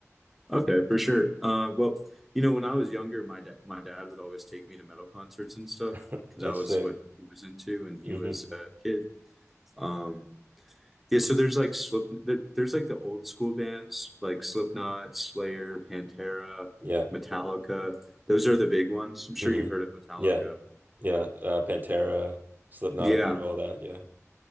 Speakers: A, in the centre; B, on the right.
A: Okay, for sure. Uh, well, you know, when I was younger, my dad my dad would always take me to metal concerts and stuff
B: <laughs>
A: because
B: That's
A: I was
B: sick.
A: what he was into, and he
B: hmm
A: was a kid. Um, yeah, so there's like Slip, there- there's like the old school bands like Slipknot, Slayer, Pantera,
B: Yeah.
A: Metallica. Those are the big ones. I'm sure
B: hmm
A: you've heard of Metallica.
B: Yeah. Yeah. Uh, Pantera, Slipknot,
A: Yeah,
B: I've heard of all that. Yeah.